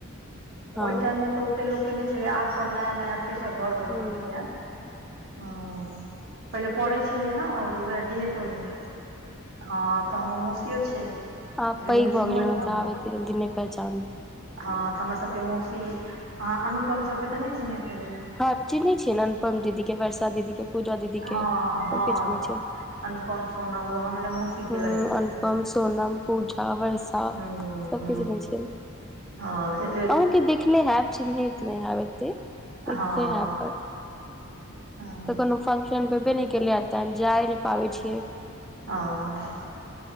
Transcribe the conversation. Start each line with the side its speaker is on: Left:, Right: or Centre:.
Centre: हँ
Right: ओय टाइम मे तऽ ओते लोक के नै छेलै आब सब नया नया फेर सऽ घर बनेलकैया।
Centre: हूँ
Right: हॅं पहिले पड़यै छेलियै ने आओर ओहि डेट टोल मे हँ तऽ हमर मौसियो छै।
Centre: आब
Right: रिलेशनो
Centre: पैघ भऽ गेले
Right: अइ हमर
Centre: तऽ आब एते जल्दी नै पहँचान बै।
Right: हँ तऽ हमर सबके मौसी आहाँ अनुपम सबके तऽ नै चिन्हैत हेबै।
Centre: हँ चिन्हैय छियै ने अनुपम दीदी के वर्षा दीदी के पूजा दीदी
Right: हँ
Centre: के
Right: हँ
Centre: सबकऽ चिन्हैय छैयै।
Right: अनुपम सोनम ओ हमरे मौसी
Centre: हॅं
Right: के लड़की छै
Centre: अनुपम, सोनम, पूजा, वर्ष तऽ
Right: हूँ
Centre: सबके
Right: हूँ
Centre: चिन्है छियै।
Right: हँ ऐ
Centre: आहाँके देखने हैब चिन्हैत नै हेब एते देखने
Right: हँ
Centre: हेब पर
Right: हँ।
Centre: तऽ कोनो फंशन भेबे नै केलेै हें तहन जाय नै पाबै छियै।
Right: आं